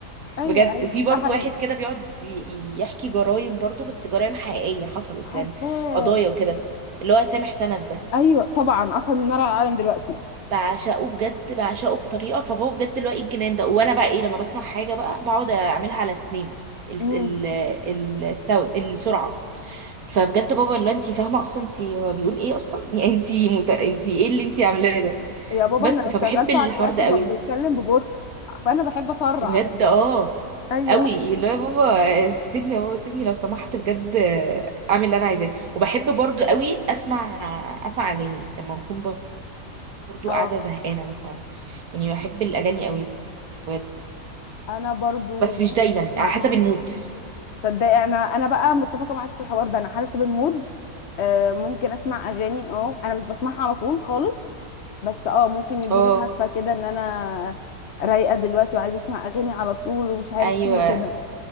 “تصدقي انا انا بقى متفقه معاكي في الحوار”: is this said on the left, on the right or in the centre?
Left